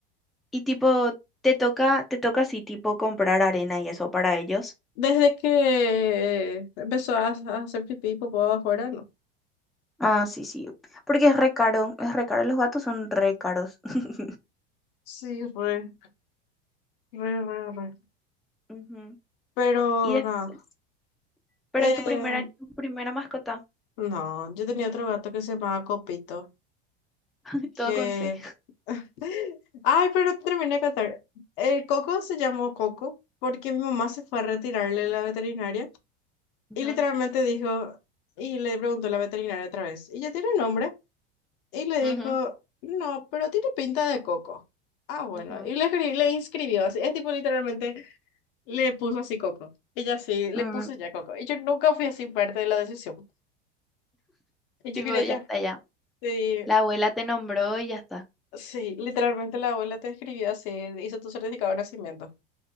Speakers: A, in the centre; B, on the left.
A: y tipo, te toca, te toca así, tipo, comprar arena y eso para ellos.
B: Desde que empezó a, a hacer pipí y popó afuera, no.
A: Ah, sí, sí. Porque es re caro, es re caro. Los gatos son re caros. <laughs>
B: Sí, re, re, re, re.
A: Ujú.
B: Pero
A: Y después.
B: nada.
A: Pero
B: Eh,
A: es tu primera, tu primera mascota.
B: no, yo tenía otro gato que se llamaba Copito.
A: <laughs> Todo
B: que...
A: con C.
B: <laughs> Ay, pero terminé de contar. El Coco se llamó Coco porque mi mamá se fue a retirarle de la veterinaria
A: Ujú,
B: y literalmente dijo, y le preguntó la veterinaria otra vez, ¿y ya tiene nombre? Y le
A: ujú,
B: dijo, no, pero tiene pinta de Coco. Ah, bueno,
A: ujú.
B: y le, escri- le inscribió así, es tipo literalmente le puso así Coco. Ella sí, le
A: Mm,
B: puso ya Coco. Y yo nunca fui así parte de la decisión. Y yo
A: Tipo,
B: quería
A: ya
B: ya.
A: está, ya.
B: Sí,
A: La abuela te nombró y ya está.
B: sí, literalmente la abuela te escribió así, hizo tu certificado de nacimiento.